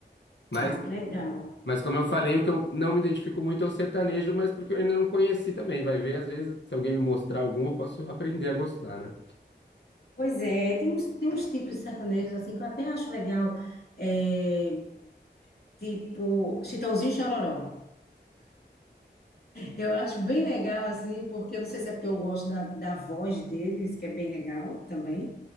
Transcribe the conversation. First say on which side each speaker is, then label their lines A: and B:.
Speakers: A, on the left (about 80°); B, on the left (about 60°).
A: Mas,
B: Ah, que legal.
A: mas como eu falei, o que eu não me identifico muito é o sertanejo, mas porque eu ainda não conheci também. Vai ver, às vezes, se alguém me mostrar algum, eu posso aprender a gostar, né?
B: Pois é, tem uns, tem uns tipos de sertanejos assim que eu até acho legal. É, tipo, Chitãozinho e Chororó. Eu acho bem legal, assim, porque eu não sei se é porque eu gosto da, da voz deles, que é bem legal também.